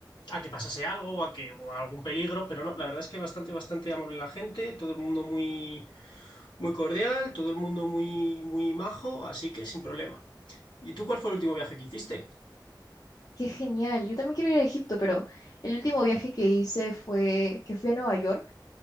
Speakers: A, on the left; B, on the left.
A: a que pasase algo o a que o a algún peligro, pero no, la verdad es que bastante, bastante amable la gente, todo el mundo muy, muy cordial, todo el mundo muy, muy majo, así que sin problema. ¿Y tú cuál fue el último viaje que hiciste?
B: Qué genial. Yo también quiero ir a Egipto, pero el último viaje que hice fue que fui a Nueva York